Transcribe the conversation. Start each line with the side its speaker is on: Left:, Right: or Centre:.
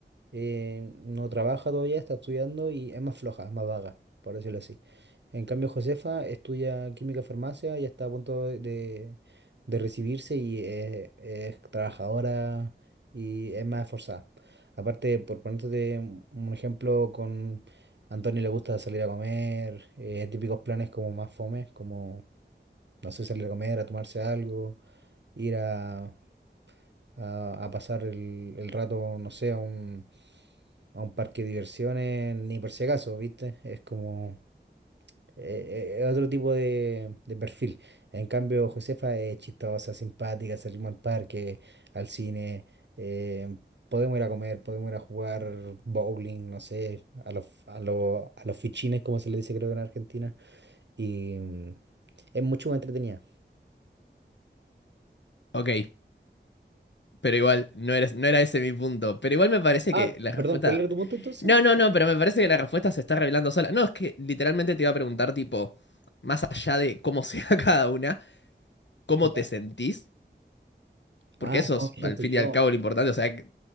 Right: eh, no trabaja todavía, está estudiando y es más floja, es más vaga, por decirlo así. En cambio, Josefa estudia química farmacia y está a punto de, de recibirse y es, es trabajadora y es más esforzada. Aparte, por ponerte un un ejemplo, con Antonio le gusta salir a comer, eh, típicos planes como más fome, como, no sé, salir a comer, a tomarse algo, ir a, a- a pasar el, el rato, no sé, a un a un parque de diversiones ni por si acaso, ¿viste? Es como eh, eh, otro tipo de, de perfil. En cambio, Josefa es chistosa, simpática, salimos al parque, al cine, eh, podemos ir a comer, podemos ir a jugar bowling, no sé, a los, a los, a los fichines, como se le dice creo que en Argentina, y mm, es mucho más entretenida.
Left: ok, pero igual, no era, no era ese mi punto, pero igual me parece
Right: Ah,
Left: que la respuesta,
Right: perdón, ¿cuál era tu punto entonces?
Left: no, no, no, pero me parece que la respuesta se está revelando sola, no, es que literalmente te iba a preguntar, tipo, más allá de cómo sea <laughs> cada una, cómo
Right: Ya.
Left: te sentís, porque
Right: Ah,
Left: eso
Right: ¿cómo
Left: es,
Right: me siento
Left: al fin
Right: yo?
Left: y al cabo, lo importante, o sea, que-